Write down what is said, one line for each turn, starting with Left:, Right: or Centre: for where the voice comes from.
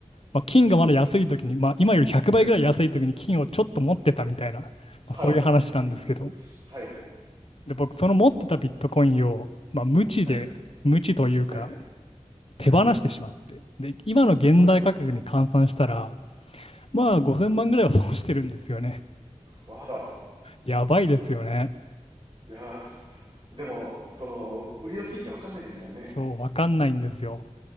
Left: まあ、金がまだ安い時に、まあ、今より100倍ぐらい安い時に金をちょっと持ってたみたいな、
Right: はい。はい。
Left: まあ、
Right: はい。
Left: そういう話なんですけど、
Right: うん。はい。
Left: で、僕その持ってたビットコインを、まあ、無知で、
Right: はい。
Left: 無知というか
Right: はい。はい。
Left: 手放してしまって、で、今の現代価格に換算したら、
Right: はい。
Left: まあ5000万ぐらいは損してるんですよね。
Right: わあら。
Left: やばいですよね。
Right: いやーす。でも、その、売り時ってわかんないですもんね。
Left: そう、わかんないんですよ。